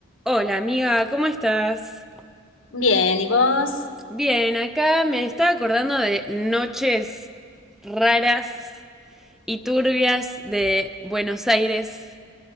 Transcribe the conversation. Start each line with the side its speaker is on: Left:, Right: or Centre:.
Centre: Hola amiga, ¿cómo estás?
Left: Bien, ¿y vos?
Centre: Bien, acá me estaba acordando de noches raras y turbias de Buenos Aires